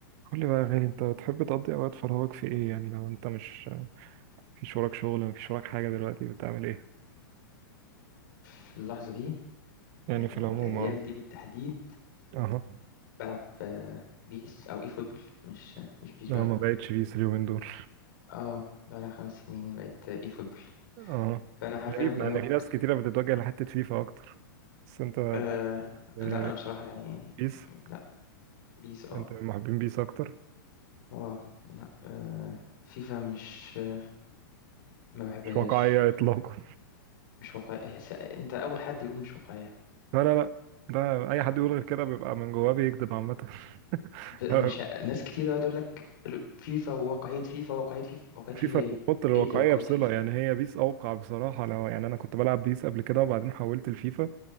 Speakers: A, on the right; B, on the left.
A: قول لي بقى يا غالي انت بتحب تقضي اوقات فراغك في ايه يعني لو انت مش مفيش وراك شغل مفيش وراك حاجه دلوقتي بتعمل ايه
B: في اللحظة دي
A: يعني
B: يعني
A: في العموم
B: أو الأيام
A: اه
B: دي بالتحديد
A: اه
B: بلعب آه، بيس أو إي فوتبول مش مش بيس
A: انا
B: بقى
A: ما بقتش بيس اليومين دول
B: اه بقالها خمس سنين بقت إي فوتبول
A: اه
B: فأنا حرفيا
A: غريب
B: بكلمك
A: لان في ناس كتيره بتتوجه لحته فيفا اكتر بس انت
B: آه
A: اه،
B: لا أنا بصراحة يعني
A: بيس
B: لا بيس اه
A: انت من محبين بيس اكتر
B: اه لا آه فيفا مش آه، ما بحبهاش
A: مش واقعيه اطلاقا
B: مش واقعية س- أنت أول حد يقول مش واقعية
A: لا لا لا ده اي حد يقول غير كده بيبقى من جواه بيكذب عامه
B: ب-
A: <laughs>
B: مش ع- ناس كتير يقعد يقول لك ال- فيفا وواقعية فيفا واقعية فيفا واقعية
A: فيفا
B: فيفا إيه؟
A: بتحط الواقعيه
B: إيه اللي واقعية
A: بصله
B: فيفا؟
A: يعني هي بيس اوقع بصراحه لو يعني انا كنت بلعب بيس قبل كده وبعدين حولت لفيفا